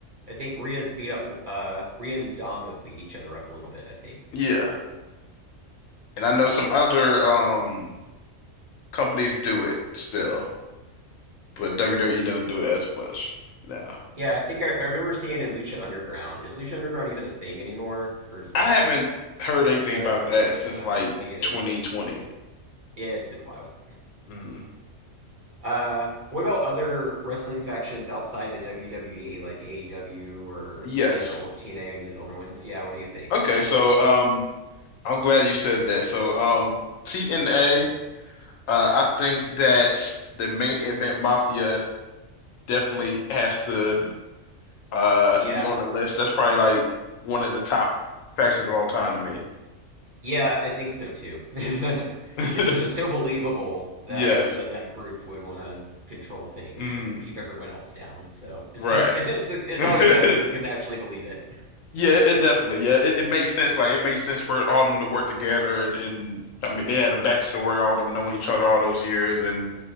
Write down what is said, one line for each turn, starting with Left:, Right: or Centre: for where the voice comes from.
Right: I think Rhea's beat up uh Rhea and Dom have beat each other up a little bit, I think.
Left: yeah, and I know some other um companies do it still. but WWE doesn't do it as much now.
Right: Yeah, I think I, I remember seeing in Lucha Underground. Is Lucha Underground even a thing anymore? Or is that
Left: I haven't heard anything
Right: I haven't
Left: about
Right: heard
Left: that
Right: it.
Left: since
Right: Yeah,
Left: like
Right: me either.
Left: 2020.
Right: Yeah, it's been a while.
Left: Mhm.
Right: Uh, what about other wrestling factions outside of WWE, like AEW or
Left: Yes.
Right: any of the old TNA, any of the older ones? Yeah, what do you think?
Left: Okay, so um I'm glad you said that. So um TNA, uh I think that the main event Mafia definitely has to uh
Right: Yeah.
Left: be on the list. That's probably like one of the top factions of all time to me.
Right: Yeah, I think so too. <laughs>
Left: <laughs>
Right: It just is so believable that
Left: Yes.
Right: that that group would want to control things
Left: Mm,
Right: and keep everyone else down. So it's
Left: right.
Right: best. <laughs> It's it's
Left: <laughs>
Right: always best when you can actually believe it.
Left: Yeah, it, it definitely. Yeah, it, it makes sense. Like it makes sense for all them to work together, and, and I mean they had a backstory, all them knowing each other all those years, and